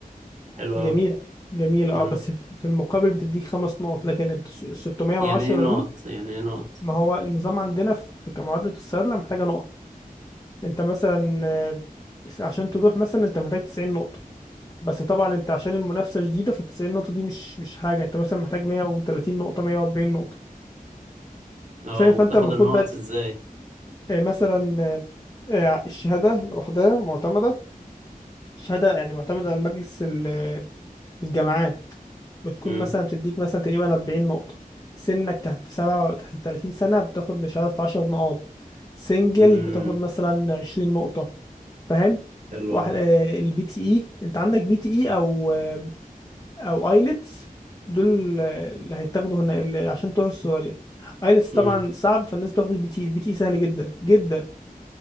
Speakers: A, on the right; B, on the left.
A: حلو
B: دي
A: أوي
B: جميلة جميلة
A: امم
B: اه بس في في المقابل بتديك خمس نقط لكن ال 610
A: يعني ايه نقط
B: دي
A: يعني ايه نقط
B: ما هو النظام عندنا في كمعادلة الصيادلة محتاجة نقط انت مثلا آه، عشان تروح مثلا انت محتاج 90 نقطة بس طبعا انت عشان المنافسة شديدة ف 90 نقطة دي مش مش حاجة انت مثلا محتاج 130 نقطة 140 نقطة
A: اه
B: فاهم
A: وبتاخد
B: فانت المفروض
A: النقط
B: بقى ت-
A: ازاي
B: آه، مثلا آه، آه، الشهادة لوحدها معتمدة شهادة يعني معتمدة على مجلس ال- الجامعات بتكون
A: امم
B: مثلا بتديك مثلا تقريبا 40 نقطة سنك تحت سبعة تحت 30 سنة بتاخد مش عارف 10 نقاط سنجل
A: امم
B: بتاخد مثلا 20 نقطة فاهم
A: حلو
B: واحد
A: أوي
B: البي تي اي انت عندك بي تي اي او آه، او ايلتس دول آه، اللي هيتاخدوا هنا اللي عشان تروح السعودية ايلتس طبعا
A: امم
B: صعب فالناس بتاخد البي تي اي. البي تي اي سهل جدا جدا